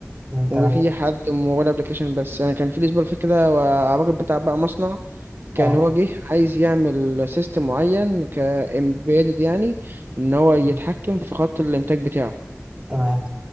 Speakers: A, on the right (about 25°); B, on the right (about 50°).
A: م- تمام
B: وفي حد موبايل ابلكيشن بس يعني كان في الأسبوع اللي فات كده و- الراجل بتاع بقى مصنع كان
A: اه
B: هو جه عايز يعمل سيستم معين كإمبيدد يعني إن هو يتحكم
A: م-
B: في خط الإنتاج بتاعه
A: تمام